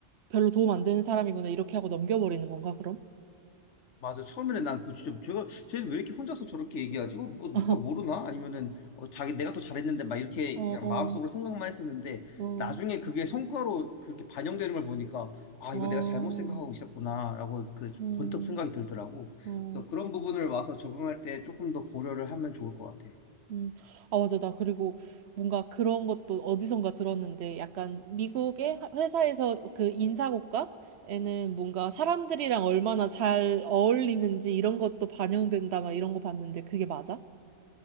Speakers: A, on the right; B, on the left.
A: 별로 도움 안 되는 사람이구나 이렇게 하고 넘겨버리는 건가, 그럼?
B: 맞아. 처음에는 난 그 진짜 제가 쟤는 왜 이렇게 혼자서 저렇게 얘기하지? 어, 뭐
A: <laughs>
B: 누가 모르나? 아니면은 어, 자기 내가 더 잘했는데 막 이렇게
A: 어, 어,
B: 그냥 마음속으로 생각만 했었는데
A: 어,
B: 나중에 그게 성과로 그렇게 반영되는 걸 보니까 아
A: 어,
B: 이거 내가 잘못 생각하고 있었구나라고 그
A: 음,
B: 번뜩 생각이 들더라고.
A: 어.
B: 그래서 그런 부분을 와서 적응할 때 조금 더 고려를 하면 좋을 것 같아.
A: 음, 아, 맞아. 나 그리고 뭔가 그런 것도 어디선가 들었는데 약간 미국의 하- 회사에서 그 인사고과에는 뭔가 사람들이랑 얼마나 잘 어울리는지 이런 것도 반영된다 막 이런 거 봤는데 그게 맞아?